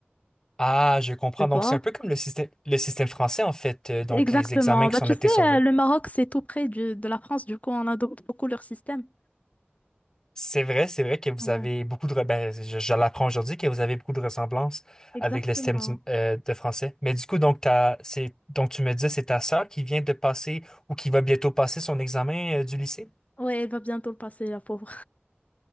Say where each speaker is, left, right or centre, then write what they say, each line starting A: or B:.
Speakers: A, on the left; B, on the left.
A: Ah, je comprends.
B: Tu
A: Donc,
B: vois?
A: c'est un peu comme le système, le système français, en fait. euh, donc,
B: Ok. Exactement.
A: les examens
B: Bah,
A: qui sont
B: tu
A: notés
B: sais,
A: sur
B: euh,
A: 20.
B: le Maroc, c'est tout près du- de la France, du coup, on adopte beaucoup leur système.
A: C'est vrai, c'est vrai que vous
B: Ouais,
A: avez beaucoup de... re- Ben, je, je l'apprends aujourd'hui que vous avez beaucoup de ressemblances
B: exactement.
A: avec le système du- euh, de français. Mais du coup, donc, t'as- c'est, donc, tu me disais, c'est ta sœur qui vient de passer ou qui va bientôt passer son examen euh, du lycée?
B: Ouais, il va bientôt le passer, la pauvre.